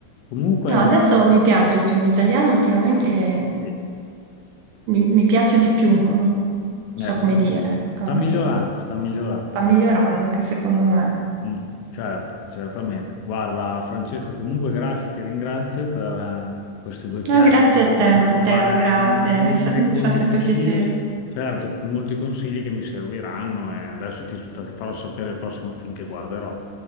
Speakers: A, on the left; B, on the right.
A: Comunque,
B: No, adesso
A: guarda,
B: mi piace il film italiano, ultimamente eh,
A: sì,
B: mi, mi piace di più, non
A: eh,
B: so
A: infatti
B: come dire, ecco.
A: sta migliorando, sta migliorando.
B: Sta migliorando anche secondo me.
A: Mm, certo, certamente. Guarda, Francesco, comunque grazie, ti ringrazio per eh, queste due chiacchiere,
B: No, grazie
A: mi
B: a
A: hai fatto
B: te Matteo,
A: trovare
B: grazie,
A: molti,
B: mi, sa- mi
A: molti
B: fa sempre
A: consigli,
B: piacere.
A: certo, molti consigli che mi serviranno e adesso ti, ti farò sapere il prossimo film che guarderò.